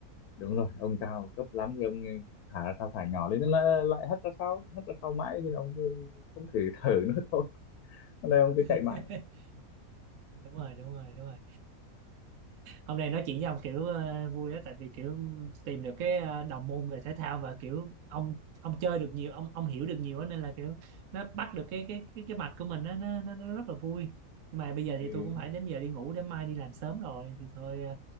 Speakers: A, on the left; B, on the right.
A: đúng rồi ông cao cấp lắm thì ông thả ra sao thả nhỏ lên nó lại lại hất ra sau hất ra sau mãi nên ông cứ không thể thở nữa <laughs> thôi hôm nay ông cứ chạy
B: <laughs>
A: mãi
B: đúng rồi đúng rồi đúng rồi hôm nay nói chuyện với ông kiểu ờ, vui đó tại vì kiểu tìm được cái ờ, đồng môn về thể thao và kiểu ông ông chơi được nhiều ông ông hiểu được nhiều á nên là kiểu nó bắt được cái cái cái cái mạch của mình á, nó nó nó rất là vui nhưng mà bây giờ
A: ừ.
B: thì tôi cũng phải đến giờ đi ngủ để mai đi làm sớm rồi thì thôi ờ,